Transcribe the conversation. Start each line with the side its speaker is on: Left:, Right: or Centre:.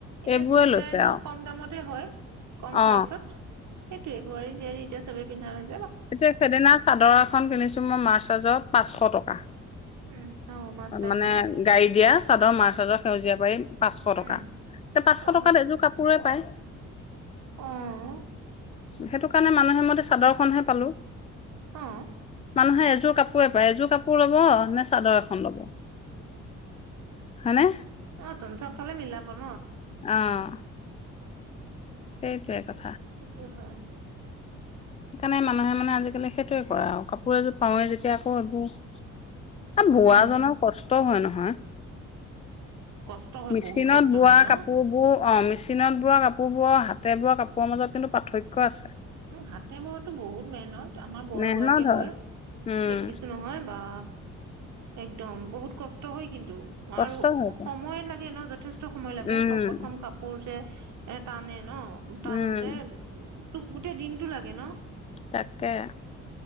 Right: এতিয়া
Left: এইবোৰে
Right: চুইদাৰ
Left: লৈছে
Right: এজোৰ
Left: আৰু
Right: কম দামতে হয় কম
Left: অ
Right: খৰচত সেইটোৱে বোৱাৰী জীয়াৰী এতিয়া চবেই পিন্ধা হৈ
Left: এতিয়া সেইদিনা চাদৰ এখন কিনিছো মই মাৰ্চাজত পাঁচশ টকা।
Right: উম অ মাছ চাইজৰ
Left: মানে
Right: ন
Left: গাড়ী দিয়া চাদৰ মাছ চাদৰত সেউজীয়া পাৰি পাঁচশ
Right: উম
Left: টকা এ পাঁচশ
Right: অ
Left: টকাত এযোৰ কাপোৰে পায়
Right: অ
Left: সেইটো কাৰণে মানুহে মতে চাদৰখনহে পালো
Right: অ
Left: মানুহে এযোৰ কাপোৰে পায় এযোৰ কাপোৰ লব নে চাদৰ এখন লব হয়নে
Right: অ', তোন চবফালে মিলাব <inaudible>
Left: অ', সেইটোয়ে কথা
Right: এইটো হয়।
Left: সেইকাৰণে মানুহে মানে আজিকালি সেইটোয়ে কৰে আও কাপোৰ এযোৰ পাওঁয়ে যেতিয়া আকৌ এবো - এ বোৱা
Right: উম
Left: জনৰ কচ তও হয় নহয়
Right: কষ্ট হয়
Left: মেচিনত
Right: বহুত কষ্ট
Left: বোৱা
Right: হয় ন
Left: কাপোৰবোৰ অ, মেচিনত বোৱা কাপোৰবোৰ আৰু হাতে বোৱা কাপোৰৰ মাজত কিন্তু পাৰ্থক্য আছে।
Right: হাতে বোৱা টো বহুত মেহনত, আমাৰ বৌ
Left: মেহনত
Right: এগৰাকীয়ে
Left: হয়
Right: বয়,
Left: উম
Right: দেখিছোঁ নহয়। আ। একদম। বহুত কষ্ট হয়। কিন্তু।
Left: কষ্ট
Right: আৰু
Left: হয় আকৌ।
Right: অসমৰে লাগে ন য। সময় লাগে
Left: উম
Right: প্ৰথম কাপোৰ যে। এটা নে ন। টানোঁতে।
Left: উম
Right: <unintelligible> গোটেই দিনটো লাগে ন।
Left: তাকেই।